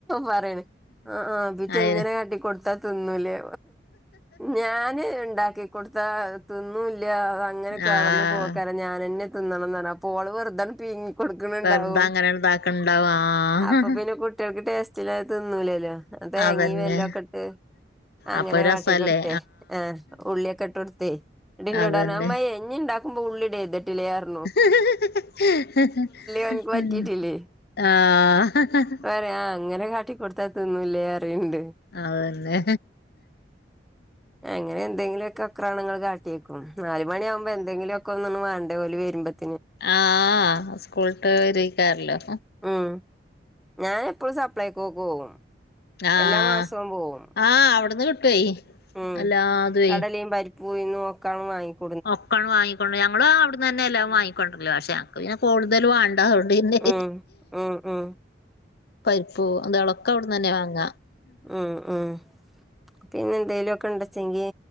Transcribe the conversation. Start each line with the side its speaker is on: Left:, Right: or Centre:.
Centre: പറയണ് ആഹ് ആഹ് പിറ്റെ
Left: അയനെ
Centre: എങ്ങനൊട്ടൊടുത്ത തിന്നുലെ ഞാന് ഉണ്ടാക്കി കൊടുത്ത അത് തിനന്നുല്ല അങ്ങനെ കടന്ന്
Left: ആഹ്
Centre: പോക്കാര ഞാൻെന്നെ തിണംന്നാണ് പോള് വെറുതെ പീങ്ങി കൊടുക്കണുണ്ടാവും
Left: വെറുതെ അങ്ങനെ ഇതാക്കണ്ടാവും ആഹ്
Centre: അപ്പൊ പിന്നെ കുട്ടികൾക്ക് ടേസ്റ്റില്ല തിന്നൂലല്ലോ അത
Left: അതന്നെ
Centre: എേങ്ങിയ വല്ല ഒക്കെ ഇട്ട് അങ്ങനെ
Left: അപ്പൊ രസല്ലേ
Centre: കാട്ടി കൊടുത്തെ ആഹ് ഉള്ളിയൊക്കെ ഇട്ട് കൊടുത്തേ ഇന്നട്ടെന്നോടാറഞ്
Left: അതന്നെ
Centre: അമ്മയേ ഇണ്ടാക്കുമ്പോ ഉള്ളിടെഴതട്ടില്ലറഞ്
Left: ആഹ്
Centre: ഓനിക്ക് പറ്റിട്ടില്ലേ പറയാ ആഹ് അങ്ങനെ കാട്ടിക്കൊടുത്താതിന്നുല്ലേ അറിണ്ട്
Left: അത് തന്നെ
Centre: അങ്ങനെ എന്തെങ്കിലോക്കെ അക്രണങ്ങങ്ങള്ൾ കാട്ടിയേക്കും നാലല് മണിയാവുമ്പോ എന്തെങ്കിലുക്ക ഒന്ന്ണ് വേണ്ടേ ഓല് വരുമ്പോത്
Left: ആഹ് സ്കൂളട്ട് വരെക്കാറല്ലോ
Centre: ഉം ഞാൻ എപ്പോഴും സപ്ലൈക്ക്ക്കവും
Left: ആഹ്
Centre: എല്ലാ മാസവും പോവും
Left: ആഹ് അവിടുന്ന് കിട്ടുവേ
Centre: ഉം
Left: എല്ലാതുവേ
Centre: കടലയും പരിപ്പൂയുന്നും ഒക്കാണ് വാങ്ങിക്ക
Left: ഒക്കണ് വാങ്ങിക്കൊണ്ട് ഞങ്ങള് അവിടന്നെല്ലാം വാങ്ങിക്കൊണ്ടര് ല്ലേ പക്ഷേഞങ്ങക്ക് പിന്നെ കൂടുതൽ വേണ്ടത പിന്നെ
Centre: ഉം ഉം ഉം
Left: പരിപ്പു അന്തള അക്കവിട തന്നെ വങ്ങ
Centre: ഉമ് ഉമ് പിന്നെ എന്തെലുഒക്കെ ഉണ്ടച്ചെങ്കി